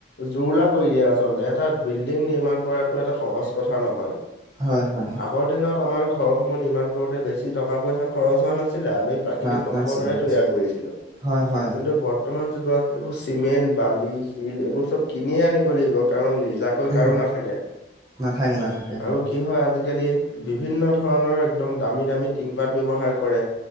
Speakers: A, on the left; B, on the right.
A: জোৰুলা কৰি দিয়া আচলতে, এটা বিল্ডিং নিৰ্মাণ কৰাটো, এটা সহজ কথা নহয়।
B: হয় হয়
A: আগৰ দিনত আমাৰ, ঘৰসমূহ নিৰ্মাণ কৰোঁতে বেছি টকা পইচা যোৱা নছিলে, আমি প্ৰাকৃতিক
B: না
A: সম্পদৰে
B: নাছিলে নাছিলে
A: তৈয়াৰ কৰিছিলোঁ।
B: হয় হয়
A: কিন্তু, বৰ্তমান যুগত, এইবোৰ চিমেণ্ট, বালি, শিল এইবোৰ চ'ব কিনিয়ে আনিব লগ কাৰণ, নিজাকৈ কাৰো
B: উম
A: নাথাকে।
B: নাথাকে নাথাকে
A: আৰু কি হয়, আজিকালি বিভিন্ন ধৰণৰ একদম, দামী-দামী টিংপাত ব্যৱহাৰ কৰে।